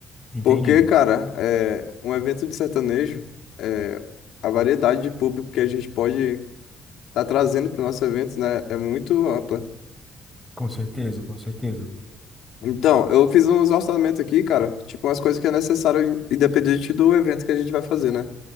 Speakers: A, in the centre; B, on the left.
A: Entendi.
B: Porque, cara, é, um evento de sertanejo, é, a variedade de público que a gente pode tá trazendo pro nosso evento, né, é muito ampla.
A: Com certeza, com certeza.
B: Então, eu fiz uns orçamentos aqui, cara, tipo umas coisas que é necessário in- independente do evento que a gente vai fazer, né?